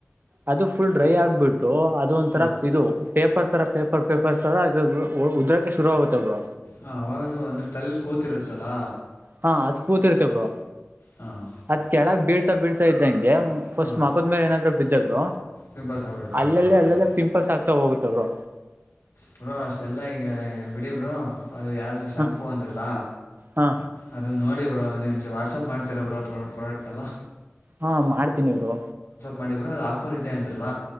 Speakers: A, on the right; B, on the left.
A: ಅದು ಫುಲ್ ಡ್ರೈ ಆಗ್ಬಿಟ್ಟು ಅದು ಒಂಥರ
B: ಹಾಂ
A: ಇದು ಪೇಪರ್ ತರ ಪೇಪರ್ ಪೇಪರ್ ತರ ಇ ಉದ್ರಕೆ ಶುರು ಆಗುತ್ತೆ ಅವರು
B: ಹ ಅವಾಗದು ಅಂದ್ರೆ ತಲೆ ಕೂತಿರುತ್ತಲಾ
A: ಹಾ ಅದ್ ಕೂತಿರ್ತೇಬರು
B: ಹಾಂ
A: ಅದ್ ಕೆಳಗ್ ಬೀಳ್ತಾ ಬೀಳ್ತಾ ಇದ್ದಂಗೆ ಫಸ್ಟ್
B: ಹಾಂ
A: ಮಗದ ಮೇಲೆ ಏನಾದ್ೂ ಬಿದ್ದವರು
B: ಪಿಂಪಲ್ಸ್ ಆಗಿಬಿಡುತ್ತೆ
A: ಅಲ್ಲಲ್ಲಿ
B: ಅಂತ ಹೇಳ್ತೀರಾ
A: ಅಲ್ಲೆಲ್ಲ ಪಿಂಪಲ್ಸ್ ಆಗ್ತಾ ಹೋಗುತ್ತವರು
B: ಬೋ ಅಷ್ಟೆಲ್ಲ ಈಗ ಬಿಡಿ ಬ್ರೋ ಅದು ಯಾವು್ದ ಶಾಂಪೂ
A: ಹ
B: ಅಂದ್ರಲ್ಲ
A: ಹಾ
B: ಅದು ನೋಡಿ ಬ್ರರು ನೀ ಮುಂಚೆ ವಾಟ್ಸಆಪ್ ಮಾಡ್ತಿರಬ್ ಪ್ರಾಡಕ್ಟ್ ಎಲ್ಲ
A: ಹಾ ಮಾಡ್ತೀನಿ ಇವರು
B: ಮಾಡ್ರು ಅದು ಆಫರ್ ಇದೆ ಅಂದ್ರಲ್ಲ